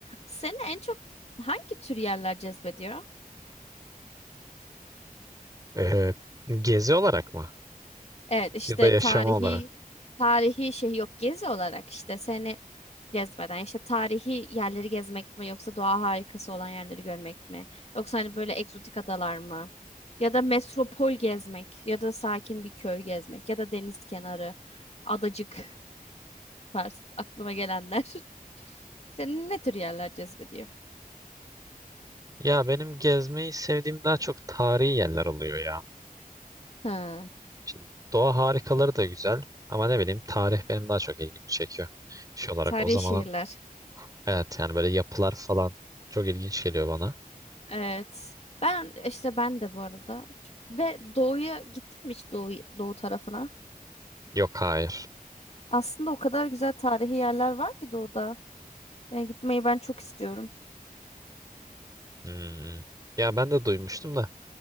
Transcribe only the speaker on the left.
Seni en çok hangi tür yerler cezbediyor?
Evet işte
tarihi
tarihi şey yok gezi olarak işte seni cezbeden işte tarihi yerleri gezmek mi yoksa doğa harikası olan yerleri görmek mi? Yoksa hani böyle egzotik adalar mı? Ya da metropol gezmek ya da sakin bir köy gezmek ya da deniz kenarı adacık tarz aklıma gelenler. <laughs> Seni ne tür yerler cezbediyor?
Ha,
tarihi
şehirler.
Evet. Ben işte ben de bu arada. Ve doğuya gittin mi hiç doğu, doğu tarafına?
Aslında o kadar güzel tarihi yerler var ki doğuda. Yani gitmeyi ben çok istiyorum.